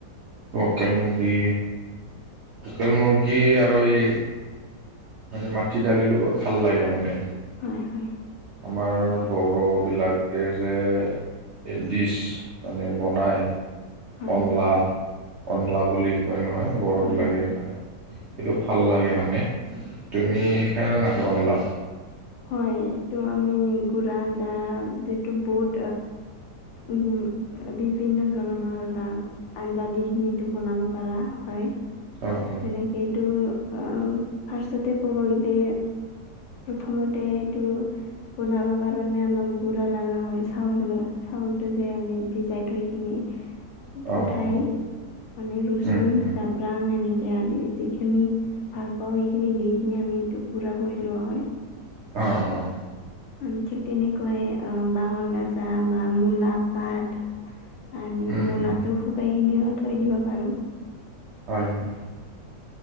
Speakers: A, on the right; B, on the left.
A: লোকেল
B: হয়
A: মুৰ্গী। লোকেল মুৰ্গী আৰু এই মানে মাটি দালি লগত ভাল লাগে মানে।
B: হয়, হয়।
A: আমাৰ বড়োবিলাকে যে এ ডিছ মানে বনায়।
B: হয়
A: কনলা, কনলা বুলি কয় নহয় বড়োবিলাকে
B: হয়
A: খায়। সেইটো ভাল লাগে মানে। তুমি খাই নে নাখাই বানলা।
B: হয় এইটো আমি গুড় আঞ্জা যিটো বহুত। উহুম। বিভিন্ন ধৰণৰ বা আঞ্জা দিখিনি বনাব পৰা হয়। তেনেকে
A: অঁ অঁ
B: এইটো আহ ফাৰ্ষ্ট তেওঁ ক'ব গ'লে। প্ৰথমতে এইটো বনাব কাৰণে আমাক গুড়া লগা হয় চাউলৰ। চাউলটো যে আমি ভিজাই থৈ কিনি।
A: অঁ
B: উঠাই
A: অঁ
B: আমি ৰুচন
A: উম উম
B: যাব- পুৰাং এনেকৈ আদি যিখিনি ভাল পাওঁ সেইখিনি দি কিনি আমি টোকুৰা কৰি লোৱা হয়।
A: অঁ অঁ।
B: আমি ঠিক অঁ তেনেকুৱাই বাঁহৰ গাজা বা মূলা পাত। আমি
A: উম
B: মূলাটো
A: উম
B: শুকাই কিনিও থৈ দিব পাৰো।
A: হয়, হয়।